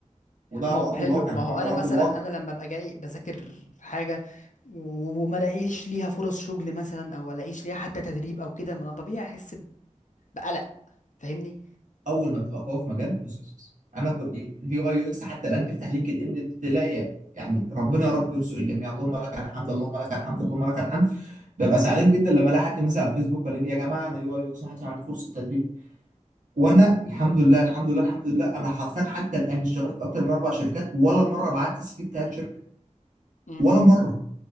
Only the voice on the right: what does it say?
وده
على
ارض
الواقع
انا بكلمك
على
ارض الواقع
اول ما بتبقى قوي في مجال بص بص بص. انا كنت اليو اي يو اكس حتى الان تفتح لينكد ان تلاقي يعني ربنا يا رب يرزق الجميع اللهم لك الحمد اللهم لك الحمد اللهم لك الحمد ببقى زعلان جدا لما الاقي حد مثلا على الفيسبوك قال لي يا جماعه انا يو اي يو اكس محدش عنده فرصه تدريب وانا الحمد لله الحمد لله الحمد لله انا حرفيا حتى الان اشتغلت في اكتر من اربع شركات ولا مره بعت السي في بتاع الشركه
ولا مره